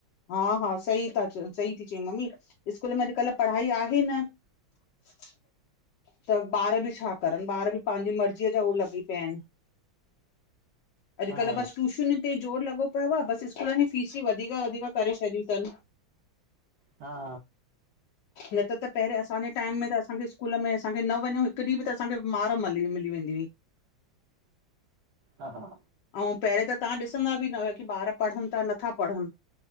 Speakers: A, on the left; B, on the right.
A: हा हा सही ता च सही थी चई मम्मी स्कूल में अॼुकल्ह पढ़ाई आहे न। <inaudible> त ॿार बि छा करनि ॿार बि पंहिंजी मर्ज़ीअ जा उ लॻी पिया आहिनि। <inaudible> अॼुकल्ह
B: हा
A: बसि ट्यूशन ते जोर लॻो पियो आहे बसि स्कूलनि जी फीसूं वधीक वधीक करे छॾियूं अथनि।
B: हा
A: न त त पहिररीं असांजे टाइम में त असांखे स्कूल में असांखे न वञो हिकु ॾींहुं बि त असांखे मार मली मिली वेंदी हुई। <inaudible>
B: हा हा
A: ऐं पहिररीं त तव्हां ॾिसंदा बि न हुयो की ॿार पढ़नि था नथा पढ़नि